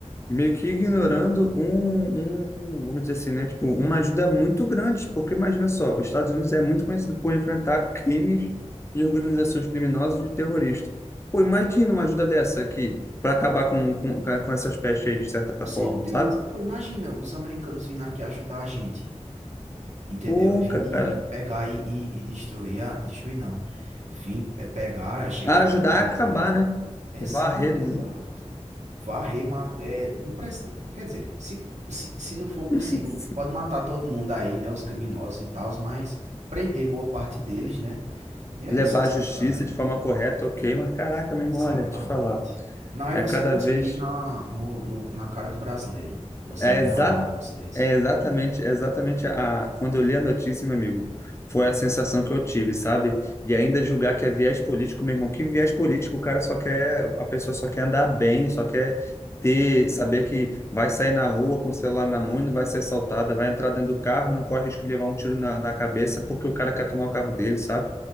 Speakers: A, on the left; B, on the right.
A: meio que ignorando um, um, vamos dizer assim, né? Tipo, uma ajuda muito grande, porque imagina só, os Estados Unidos é muito conhecido por enfrentar crimes e organizações criminosas de terrorista. Pô, imagina uma ajuda dessa aqui para acabar com, com, com essas pestes aí, de certa
B: Com certeza,
A: forma, sabe?
B: pô. Imagina os americanos vindo aqui ajudar a gente, entendeu?
A: Pô,
B: E vindo,
A: cara,
B: vindo pegar e, e, e destruir, ah, e destruir não. Vim pe- pegar, chegar
A: ajudar
B: aqui no Brasil.
A: a acabar, né?
B: Exato,
A: Varrer,
B: exato. Varrer, ma- é, não precisa quer dizer, se, se, se não for possível,
A: <laughs>
B: pode matar todo mundo aí, né? Os criminosos e tal, mas prender boa parte deles, né? E é
A: levar
B: isso assim,
A: a justiça
B: cara.
A: de forma correta, ok, mas caraca, meu irmão,
B: Exatamente.
A: olha, te falar,
B: Não é
A: é
B: você
A: cada
B: cuspir
A: vez.
B: na no no na cara do brasileiro, você
A: É,
B: não
A: exa
B: falar um negócio desse.
A: é exatamente, é exatamente a, quando eu li a notícia, meu amigo, foi a sensação que eu tive, sabe? E ainda julgar que é viés político, meu irmão, que viés político, o cara só quer, a pessoa só quer andar bem, só quer ter, saber que vai sair na rua com o celular na mão e não vai ser assaltada, vai entrar dentro do carro, não corre risco de levar um tiro na, na cabeça porque o cara quer tomar o carro dele, sabe?